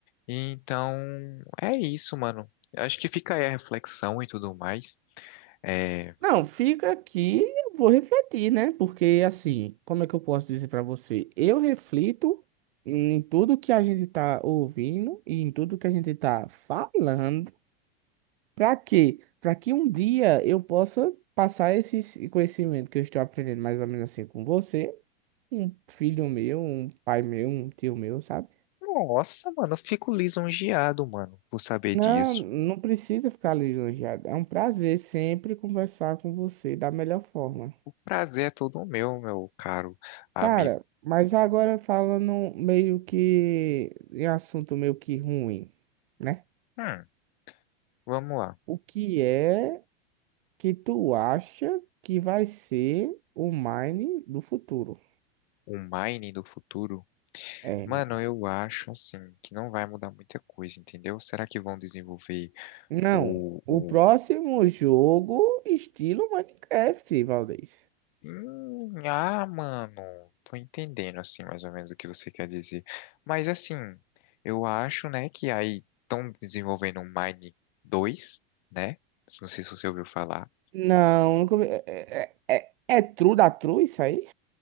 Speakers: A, on the left (about 45°); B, on the right (about 65°).
A: Então, é isso, mano. Eu Acho que fica aí a reflexão e tudo mais. É...
B: Não, fica aqui, eu vou refletir, né? Porque assim, como é que eu posso dizer pra você? Eu reflito em tudo que a gente tá ouvindo e em tudo que a gente tá falando. Pra quê? Pra que um dia eu possa passar esse conhecimento que eu estou aprendendo mais ou menos assim com você, um filho meu, um pai meu, um tio meu, sabe?
A: Nossa, mano, eu fico lisonjeado, mano, por saber
B: Não,
A: disso.
B: não precisa ficar lisonjeado. É um prazer sempre conversar com você da melhor forma.
A: O prazer é todo meu, meu caro amigo.
B: Cara, mas agora falando meio que em assunto meio que ruim, né?
A: Hum, vamos lá.
B: O que é que tu acha que vai ser o Mine do futuro?
A: O mining do futuro.
B: É,
A: Mano, eu acho assim que não vai mudar muita coisa, entendeu? Será que vão desenvolver
B: não,
A: o,
B: o próximo jogo estilo Minecraft, Valdez.
A: Hum, ah, mano, tô entendendo assim mais ou menos o que você quer dizer. Mas assim, eu acho, né, que aí estão desenvolvendo o Mine 2, né? Não sei se você ouviu falar.
B: Não, nunca vi- é, é, é, é true da true isso aí?